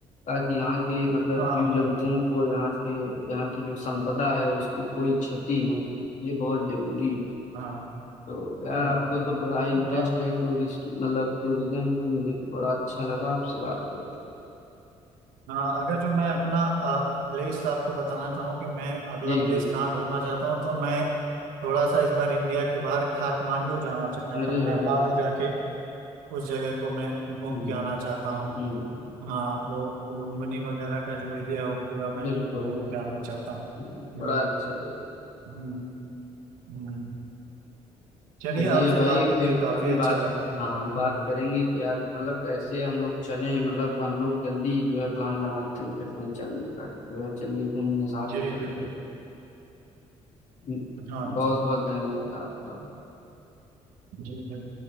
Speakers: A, on the left; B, on the right.
A: ताकि यहाँ के मतलब
B: हाँ
A: जीव जंतुओं को यहाँ के यहाँ की जो संपदा है उसको कोई क्षति ना हो ये बहुत जरूरी है
B: हाँ
A: तो यार
B: हम्म,
A: आपको तो बड़ा इंटरेस्ट
B: बा-
A: है टूरिस्ट मतलब टूरिज्म में मुझे तो बड़ा अच्छा लगा आपसे बात करके
B: हाँ अगर जो मैं अपना प्लेस आपको बताना चाहूँ कि मैं अगला
A: जी
B: प्लेस
A: जी
B: कहाँ घूमना चाहता हूँ तो मैं थोड़ा सा इस बार इंडिया के बाहर काठमांडू जाना चाहता
A: अरे
B: हूँ नेपाल
A: वाह
B: जाके उस जगह को मैं घूम
A: हम्म
B: के आना चाहता हूँ
A: हम्म
B: हाँ वो लुम्बिनी वगैरह का जो एरिया है वो पूरा मैं
A: बिल्कुल
B: घूम
A: बिल्कुल
B: के आना चाहता हूँ
A: हम्म,
B: हम्म,
A: बड़ा अच्छा है
B: हम्म, हम्म। चलिए
A: चलिए
B: आपसे
A: भाई
B: बात करके
A: फिर
B: काफी
A: कभी
B: अच्छा
A: बात
B: लगा
A: हाँ बात
B: हम्म,
A: करेंगे कि यार मतलब कैसे हम लोग चलें मतलब हम लोग जल्दी जो है प्लान बनाते हैं फिर कहीं चलने का कि जो है चलिए घूमने साथ
B: जी
A: में चलते
B: बिल्कुल
A: हैं
B: हाँ
A: बहुत
B: जी
A: बहुत धन्यवाद आपका
B: जी बिल्कुल